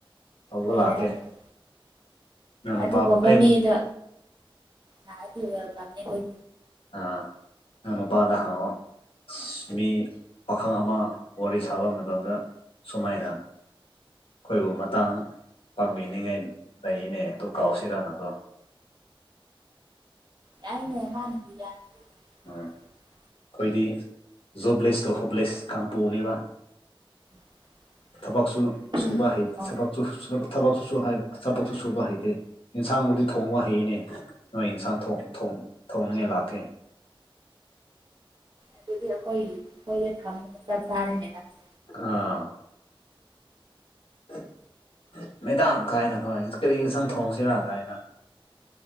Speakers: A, on the left; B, on the right.
A: ꯇꯧꯕ
B: ꯍꯣꯏ
A: ꯂꯥꯛꯀꯦ
B: ꯌꯥꯏ ꯌꯥꯏ
A: ꯅꯪ ꯅꯨꯄꯥꯕꯨ
B: ꯑꯗꯨꯒꯨꯝꯕ
A: ꯑꯩ
B: ꯃꯤꯗꯣ <unintelligible>
A: ꯑ ꯅꯪ ꯅꯨꯄꯥꯗ ꯍꯪꯉꯣ ꯑꯁ ꯃꯤ ꯄꯥꯈꯪ ꯑꯃ ꯋꯥꯔꯤ ꯁꯥꯕ ꯃꯇꯝꯗ ꯁꯨꯃꯥꯏꯅ ꯑꯩꯈꯣꯏꯕꯨ ꯃꯇꯥꯡ ꯄꯥꯡꯕꯤꯅꯤꯡꯉꯥꯏ ꯂꯩꯔꯤꯅꯦ ꯑꯗꯨ ꯀꯥꯎꯁꯤꯔꯅꯀꯣ
B: ꯌꯥꯏꯅꯦ ꯃꯥꯅꯥꯕꯨ ꯌꯥꯔꯗ <unintelligible>
A: ꯎꯝ ꯑꯩꯈꯣꯏꯗꯤ ꯖꯣꯕꯂꯦꯁꯇꯣ ꯍꯣꯞꯂꯦꯁ ꯀꯥꯡꯄꯨꯅꯦꯕ
B: <inaudible>
A: ꯊꯕꯛꯁꯨ
B: ꯈꯨꯟ
A: ꯁꯨꯕ ꯍꯩ
B: ꯑꯣ
A: ꯊꯕꯛꯁꯨ ꯊꯕꯛꯁꯨ ꯊꯕꯛꯁꯨ ꯁꯨꯕ ꯍꯩꯇꯦ ꯌꯦꯟꯁꯥꯡꯕꯨꯗꯤ ꯊꯣꯡꯕ ꯍꯩꯅꯦ ꯅꯣꯏ ꯌꯦꯟꯁꯥꯡ ꯊꯣꯡ ꯊꯣꯡꯅꯤꯉꯥꯏ ꯂꯥꯛꯀꯦ
B: ꯑꯗꯨꯗꯤ ꯑꯩꯈꯣꯏꯒꯤ ꯑꯩꯈꯣꯏꯗ ꯊꯝꯃꯒ ꯆꯥꯛ ꯆꯥꯔꯦꯅꯦ ꯉꯪꯁꯨ
A: ꯑꯥ <unintelligible> ꯃꯦꯗꯥꯝ ꯀꯥꯏꯅ ꯀꯃꯥꯏ ꯀꯔꯤ ꯌꯦꯟꯁꯥꯡ ꯊꯣꯡꯁꯤꯔꯥ ꯀꯥꯏꯅ